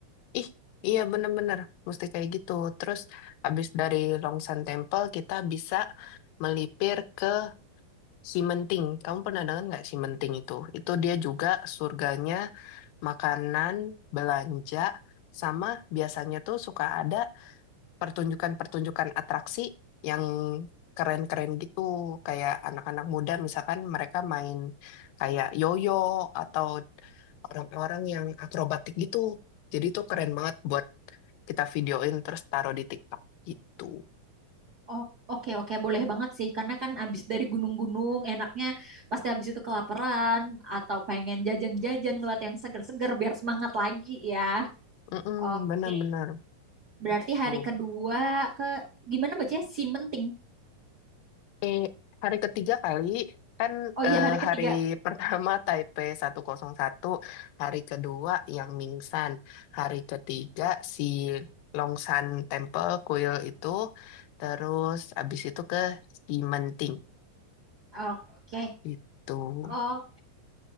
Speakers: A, on the left (about 80°); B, on the right (about 45°).
A: Ih, iya bener-bener mesti kayak gitu. Terus abis dari Long Temple kita bisa melipir ke Simenting, kamu pernah dengar nggak Simenting itu? Itu dia juga surganya makanan, belanja, sama biasanya tuh suka ada pertunjukan-pertunjukan atraksi yang keren-keren gitu. Kayak anak-anak muda misalkan mereka main kayak yoyo atau orang-orang yang akrobatik gitu. Jadi itu keren banget buat kita videoin terus taruh di TikTok gitu.
B: Oh, oke oke boleh banget sih karena kan abis dari gunung-gunung enaknya pasti abis itu kelaparan atau pengen jajan-jajan ngeliat yang seger-seger biar semangat lagi ya.
A: Mm-mm,
B: Oke,
A: benar-benar.
B: berarti
A: Gitu.
B: hari kedua ke gimana bacanya Simenting.
A: Eh, hari ketiga kali kan
B: Oh
A: eh,
B: iya hari ketiga.
A: hari <laughs> pertama Taipei seratus satu hari kedua yang Mingsan, hari ketiga si Longshan Temple kuil itu, terus abis itu ke Simenting
B: Oke.
A: gitu.
B: Oke,